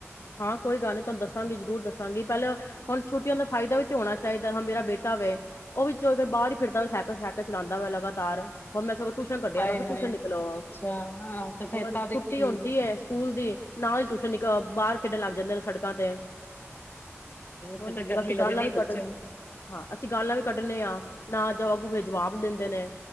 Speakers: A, on the left; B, on the left.
A: ਹਾਂ, ਕੋਈ ਗੱਲ ਨੀ ਤੁਹਾਨੂੰ ਦੱਸਾਂਗੀ ਜ਼ਰੂਰ ਦੱਸਾਂਗੀ ਪਹਿਲਾਂ ਹੁਣ ਛੁੱਟੀਆਂ ਦਾ ਫ਼ਾਇਦਾ ਵੀ ਤੇ ਹੋਣਾ ਚਾਹੀਦਾ ਹ ਮੇਰਾ ਬੇਟਾ ਵੇ ਉਹ ਵਿੱਚੋਂ ਅਗਰ ਬਾਹਰ ਹੀ ਫਿਰਦਾ ਹੋ ਸਾਈਕਲ ਸਾਈਕਲ ਚਲਾਉਂਦਾ ਹੋ ਲਗਾਤਾਰ ਹੁਣ ਮੈਂਥੋ ਟਿਊਸ਼ਨ ਕੱਢਿਆ
B: ਹਾਏ
A: ਮੈਂ ਕਿਹਾ
B: ਹਾਏ
A: ਟਿਊਸ਼ਨ ਨਿਕਲੋ
B: ਅੱਛਾ ਹਾਂ ਤੇ ਫੇਰ
A: ਹੋਰ
B: ਤਾਂ ਦੇਖੀ
A: ਛੁੱਟੀ ਆਉਂਦੀ ਹੈ ਸਕੂਲ ਦੀ ਨਾਲ ਜੁੜ ਜਨੀ ਕ ਬਾਹਰ ਖੇਡਣ ਲੱਗ ਜਾਂਦੇ ਨੇ ਸੜਕਾਂ ਤੇ ਹੁਣ
B: ਫਿਰ ਤਾਂ ਗਰਮੀ
A: ਅਸੀਂ
B: ਲੱਗਣੀ
A: ਗਾਲਾਂ ਵੀ
B: ਬੱਚਿਆਂ
A: ਕੱਢ
B: ਨੂੰ
A: ਹਾਂ ਅਸੀਂ ਗਾਲਾਂ ਵੀ ਕੱਢਣੇ ਹਾਂ ਨਾ ਜਾਓਗੇ ਫਿਰ ਜਵਾਬ ਦਿੰਦੇ ਨੇ